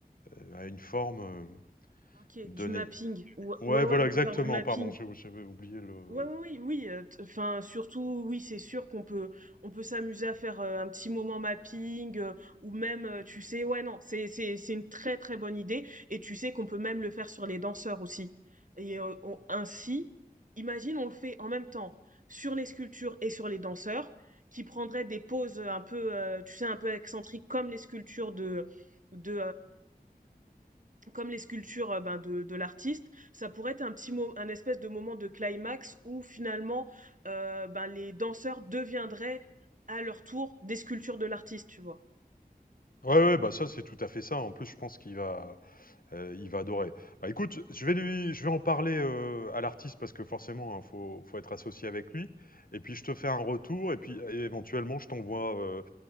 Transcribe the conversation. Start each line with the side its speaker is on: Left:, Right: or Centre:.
Left: euh, à une forme euh,
Right: Ok,
Left: donnée.
Right: du mapping. Ou-
Left: Ouais,
Right: Ouais ouais
Left: voilà,
Right: on
Left: exactement,
Right: peut faire du mapping.
Left: pardon, j'ai- j'avais oublié le...
Right: Ouais, ouais, oui, oui, heu, t enfin, surtout, oui, c'est sûr qu'on peut on peut s'amuser à faire, heu, un petit moment mapping, heu, ou même, heu, tu sais ouais, non, c'est c'est c'est une très, très bonne idée et tu sais qu'on peut même le faire sur les danseurs aussi et heu, on ainsi, imagine, on le fait en même temps sur les sculptures et sur les danseurs qui prendraient des poses, un peu, heu, tu sais, un peu excentriques comme les sculptures de de, comme les sculptures euh, ben, de, de l'artiste, ça pourrait être un petit mo- un espèce de moment de climax où finalement euh, ben, les danseurs deviendraient à leur tour des sculptures de l'artiste, tu vois.
Left: Ouais, ouais, bah ça, c'est tout à fait ça. En plus, je pense qu'il va... Heu, il va adorer. Bah, écoute, je vais lui je vais en parler, heu, à l'artiste parce que forcément, hein, faut faut être associé avec lui et puis je te fais un retour et puis é éventuellement, je t'envoie, heu,